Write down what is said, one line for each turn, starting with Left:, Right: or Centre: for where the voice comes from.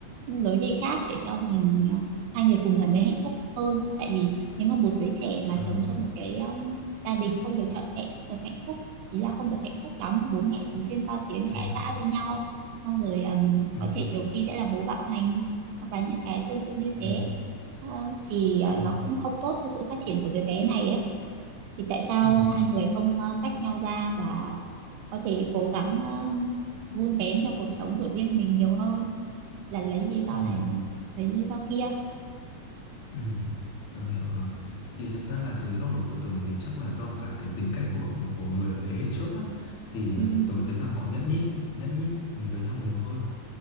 Right: lối đi khác để cho mình ờ, hai người cùng gần thấy hạnh phúc hơn tại vì nếu mà một đứa trẻ mà
Left: ờ,
Right: sống trong một cái ờ, gia đình không được trọn vẹn không được hạnh phúc ý là không được hạnh phúc lắm bố mẹ thường xuyên to tiếng
Left: tôi
Right: cãi
Left: hiểu
Right: vã với nhau xong rồi ừm,
Left: ừ
Right: có thể nhiều khi sẽ là bố bạo hành hoặc là những cái tương tự như
Left: ừ
Right: thế Ờ, thì ờ,
Left: ừ
Right: nó cũng không tốt cho sự phát triển của đứa bé này ấy thì tại sao
Left: Ừ,
Right: hai người không ờ, tách nhau ra và có thể cố gắng ờ, vun vén cho cuộc sống của riêng mình nhiều hơn là lấy lý do
Left: ừ,
Right: này để lấy lý do kia
Left: ừ, Tường hiểu rồi. Thì thực ra là dưới góc độ của Tường thì chắc là do cả cái tính cách của của người ở thế hệ trước á, thì
Right: ừ
Left: ờ, Tường thấy là họ nhẫn nhịn, nhẫn nhịn với nhau nhiều hơn.